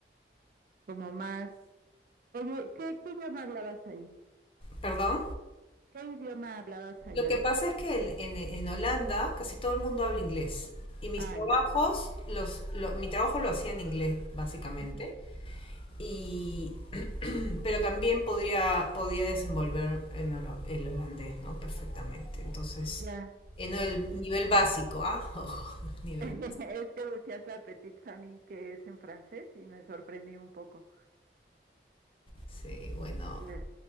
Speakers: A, on the right (about 50°); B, on the left (about 30°).
A: como más Oye, ¿qué, qué idioma hablabas ahí?
B: ¿Perdón?
A: ¿Qué idioma hablabas allá?
B: Lo que pasa es que en, en- en Holanda casi todo el mundo habla inglés. Y mis
A: Ah,
B: trabajos,
A: ya.
B: los, lo- mi trabajo lo hacía en inglés, básicamente.
A: Ujú,
B: Y, pero también podría, podía desenvolver el, holo- el holandés, ¿no? Perfectamente. Entonces,
A: Ya.
B: en el nivel básico, ¿ah? <laughs> Ojo, nivel
A: <laughs>
B: básico.
A: Es que decías la petite famille que es en francés y me sorprendí un poco.
B: Sí, bueno,
A: Le-